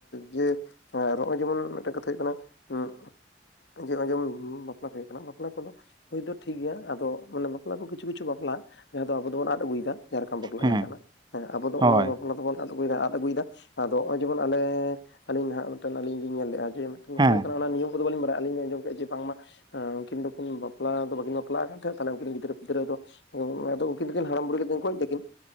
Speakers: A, on the left; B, on the right.
A: ᱡᱮ ᱦᱮᱸ ᱟᱨ ᱦᱚᱸᱜᱼᱚᱭ ᱡᱮᱢᱚᱱ ᱢᱤᱫᱴᱮᱱ ᱠᱟᱛᱷᱟ ᱦᱩᱭᱩᱜ ᱠᱟᱱᱟᱮ ᱩᱸ ᱡᱮ ᱦᱚᱸᱜᱼᱚᱭ ᱡᱮ ᱵᱟᱯᱞᱟ ᱠᱚ ᱦᱩᱭᱩᱜ ᱠᱟᱱᱟ ᱵᱟᱯᱞᱟ ᱠᱚᱫᱚ ᱦᱩᱭ ᱫᱚ ᱴᱷᱤᱠ ᱜᱮᱭᱟ ᱟᱫᱚ ᱢᱟᱱᱮ ᱵᱟᱯᱞᱟ ᱠᱚ ᱠᱤᱪᱷᱩ ᱠᱤᱪᱷᱩ ᱵᱟᱯᱞᱟ ᱡᱟᱦᱟᱸ ᱫᱚ ᱟᱵᱚ ᱫᱚᱵᱚᱱ ᱟᱫ ᱟᱹᱜᱩᱭᱮᱫᱟ᱾ ᱡᱟᱦᱟᱸ ᱞᱮᱠᱟᱢ ᱵᱟᱯᱞᱟ
B: ᱦᱮᱸ
A: ᱡᱟᱦᱟᱸ ᱞᱮᱠᱟᱱᱟᱜ, ᱦᱮᱸ ᱟᱵᱚ ᱫᱚ
B: ᱦᱳᱭ
A: ᱚᱱᱟ ᱠᱚ ᱵᱟᱯᱞᱟ ᱫᱚᱵᱚᱱ ᱟᱫ ᱟᱜᱩᱭᱫᱟ ᱟᱝ ᱟᱹᱜᱩᱭᱮᱫᱟ᱾ ᱟᱫᱚ ᱦᱚᱸᱜᱼᱚᱭ ᱡᱮᱢᱚᱱ ᱟᱞᱮ ᱟᱹᱞᱤᱧ ᱱᱟᱦᱟᱜ ᱢᱤᱫᱴᱟᱝ ᱟᱞᱤᱧ ᱞᱤᱧ ᱧᱮᱞ ᱞᱮᱼᱟ ᱡᱮ ᱵᱟᱯᱟᱞᱥ
B: ᱦᱮᱸ
A: ᱦᱩᱭᱩᱜ ᱠᱟᱱᱟ ᱚᱱᱟ ᱱᱤᱭᱚᱢ ᱠᱚᱫᱚ ᱵᱟᱞᱤᱧ ᱵᱟᱰᱟᱭᱟ ᱟᱞᱤᱧ ᱞᱤᱧ ᱟᱸᱡᱚᱢ ᱠᱟᱜ-ᱟ ᱡᱮ ᱵᱟᱝᱢᱟ ᱮᱸ ᱩᱱᱠᱤᱱ ᱫᱚᱠᱤᱱ ᱵᱟᱯᱞᱟ ᱫᱚ ᱵᱟᱠᱤᱱ ᱵᱟᱯᱞᱟ ᱠᱟᱱ ᱛᱟᱸᱦᱮᱫ ᱛᱟᱦᱞᱮ ᱩᱱᱠᱤᱱ ᱜᱤᱫᱽᱨᱟᱹ ᱯᱤᱫᱽᱨᱟᱹ ᱫᱚ ᱡᱮᱢᱚᱱ ᱟᱫᱚ ᱩᱠᱤᱱ ᱫᱩᱠᱤᱱ ᱦᱟᱲᱟᱢ ᱵᱩᱲᱤ ᱠᱟᱛᱮ ᱠᱤᱱ ᱜᱚᱡ ᱱᱟᱠᱤᱡ ᱦᱮᱸ᱾